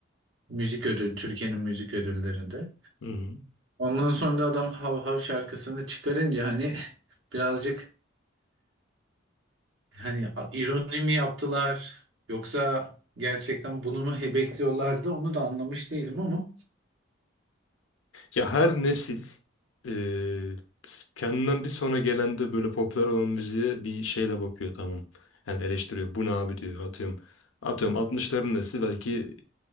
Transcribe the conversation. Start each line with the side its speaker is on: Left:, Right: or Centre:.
Right: müzik ödül Türkiye'nin müzik ödüllerinde.
Left: hı.
Right: Ondan sonra da adam Hav Hav şarkısını çıkarınca hani <laughs> birazcık hani a- ironi mi yaptılar yoksa gerçekten bunu mu he- bekliyorlardı onu da anlamış değilim ama.
Left: Ya her nesil eee, kendinden bir sonra gelen de böyle popüler olan müziğe bir şeyle bakıyor tamam. Yani eleştiriyor. Bu ne abi diyor atıyorum. Atıyorum
Right: Hı,
Left: altmışların nesli belki